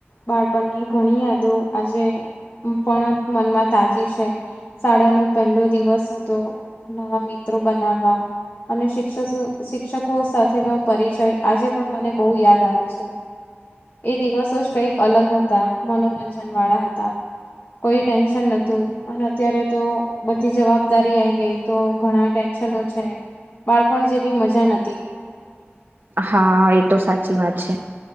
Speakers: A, on the left; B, on the right.
A: બાળપણની ઘણી યાદો આજે અમ પણ મનમાં તાજી છે, શાળા નો પેલો દિવસ હતો, નવા મિત્રો બનાવવા અને શિક્ષસો શિક્ષકો સાથેનો પરિચય આજે પણ મને બહુ યાદ આવે છે. એ દિવસો જ કઈક અલગ હતા, મનોરંજન વાળા હતા કોઈ ટેન્શન નતું, અન અત્યારે તો બધી જવાબદારી આઈ ગઈ, તો ઘણા ટેન્ છનો છે, બાળપણ જેવી મજા નતી.
B: હા, એ તો સાચી વાત છે.